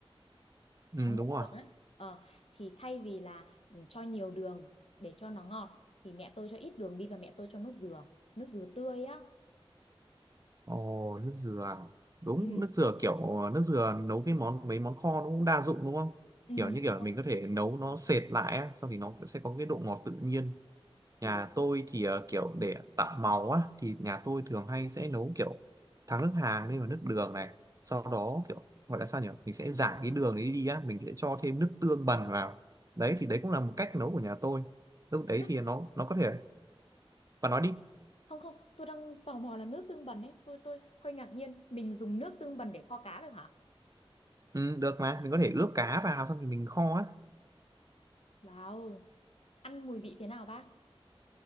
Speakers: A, on the right; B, on the left.
A: ừ,
B: thắng nước
A: đúng rồi
B: đường á ờ, thì thay vì là ừ, cho nhiều đường để cho nó ngọt thì mẹ tôi cho ít đường đi và mẹ tôi cho nước dừa nước dừa tươi á
A: Ồ, nước dừa. à? Đúng,
B: Ừ.
A: nước dừa kiểu ờ, nước dừa nấu cái món mấy món kho nó cũng đa dụng đúng không?
B: ừ,
A: Kiểu như kiểu
B: đúng
A: mình có thể nấu nó sệt lại á, xong thì nó sẽ có cái độ ngọt tự nhiên.
B: đúng.
A: Nhà tôi thì ờ, kiểu để tạo màu á thì nhà tôi thường hay sẽ nấu kiểu thắng nước hàng lên vào nước đường này, sau đó kiểu gọi là sao nhỉ? Mình sẽ rải cái đường đấy đi á, mình sẽ cho thêm nước tương bần vào. Đấy thì đấy cũng là một cách nấu của nhà tôi. Lúc đấy
B: nước
A: thì nó nó có thể và nói đi.
B: không không tôi đang tò mò là nước tương bần ấy tôi tôi hơi ngạc nhiên mình dùng nước tương bần để kho cá được hả
A: Ừ, được mà, mình có thể ướp cá vào xong thì mình kho á.
B: wow ăn mùi vị thế nào bác